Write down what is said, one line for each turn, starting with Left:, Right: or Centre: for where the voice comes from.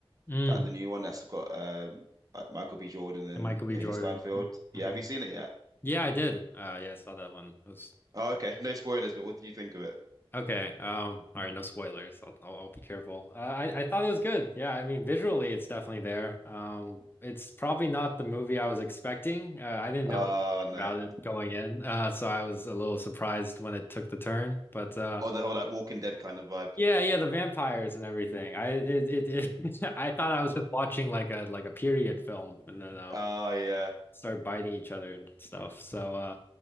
Left: Mm.
Right: like the new one that's got um like Michael B. Jordan and
Left: And Michael B.
Right: Haley
Left: Jordan.
Right: Steinfeld.
Left: hmm
Right: Yeah, have you seen it yet?
Left: Yeah, I did. Uh, yeah, I saw that one. It was
Right: Oh, okay. No spoilers, but what do you think of it?
Left: Okay. Um, all right, no spoilers. I'll, I'll, I'll be careful. Uh, I, I thought it was good. Yeah, I mean, visually, it's definitely there. Um, it's probably not the movie I was expecting. Uh, I didn't
Right: Oh
Left: know
Right: no.
Left: about it going in, uh, so I was a little surprised when it took the turn. But uh,
Right: Or the whole like Walking Dead kind of vibe.
Left: yeah, yeah, the vampires and everything. I it, it, it <laughs> I thought I was just watching like a like a period film, and then um,
Right: Oh yeah.
Left: start biting each other and stuff. So uh,